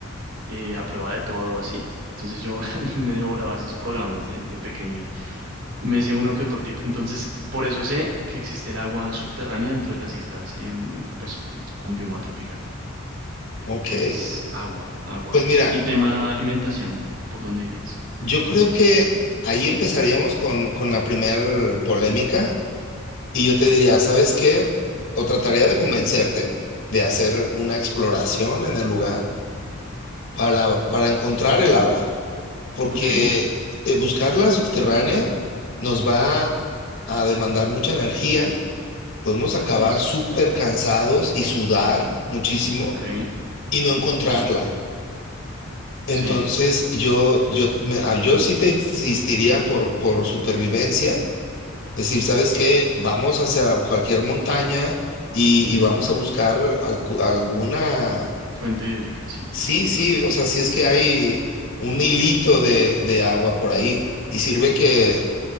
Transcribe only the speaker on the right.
eh, a prueba de todo, así. Entonces yo <laughs> me devoraba esos programas de, de pequeño Me sé uno que otro tip. Entonces, por eso sé que existe el agua subterránea dentro de las islas, em, pues con bioma tropical.
Entonces, agua, agua.
Y tema alimentación, ¿por dónde irías?
Ok,
is,
ok,
sí.
Fuente hídrica, sí, til-
tal cual.